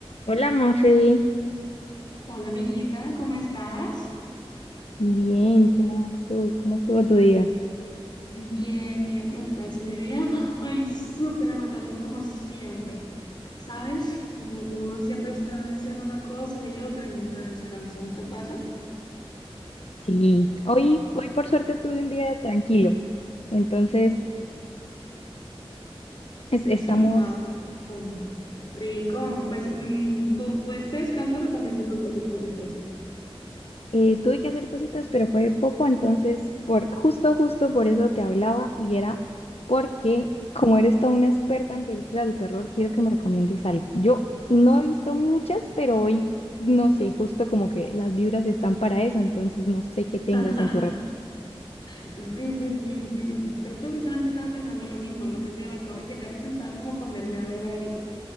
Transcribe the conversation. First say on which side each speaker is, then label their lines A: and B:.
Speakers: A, on the left; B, on the left.
A: Hola, Mafe.
B: Hola amiguita, ¿cómo estás?
A: Bien, ¿cómo vas tú? ¿Cómo estuvo tu día?
B: Bien, bien. Uy, Pues mi día, <laughs> ay, súper agotador como siempre. ¿Sabes? Como que uno siempre está haciendo una cosa y otra y nunca descansa, ¿no te pasa?
A: Sí, hoy, hoy por suerte tuve un día tranquilo, entonces es- estamos...
B: Sí, ah, um, rico. Pues, mm, ¿tú pudiste descansar o también te toca hacer cositas?
A: Eh, tuve que hacer cositas, pero fue poco, entonces por justo, justo por eso te hablaba y era porque como eres toda una experta en películas de terror, quiero que me recomiendes algo. Yo no he visto muchas, pero hoy, no sé, justo como que las vibras están para eso, entonces no sé qué tengas
B: <laughs>
A: en tu repertorio.
B: Sí, sí, sí, sí. De hecho, justamente estaba pensando lo mismo, lo que te digo, acabo de llegar y pensaba como ponerme a ver algo.